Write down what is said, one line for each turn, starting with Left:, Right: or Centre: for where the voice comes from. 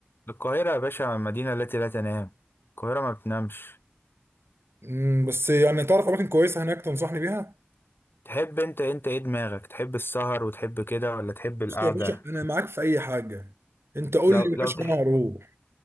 Left: القاهرة يا باشا مدينة التي لا تنام القاهرة ما بتنامش
Right: امم بس يعني تعرف اماكن كويسه هناك تنصحني بيها
Left: تحب انت انت ايه دماغك تحب السهر وتحب كده ولا تحب القعدة
Right: بص يا باشا انا معاك في اي حاجه انت قول
Left: لو
Right: لي يا
Left: لو
Right: باشا
Left: تح...
Right: انا هروح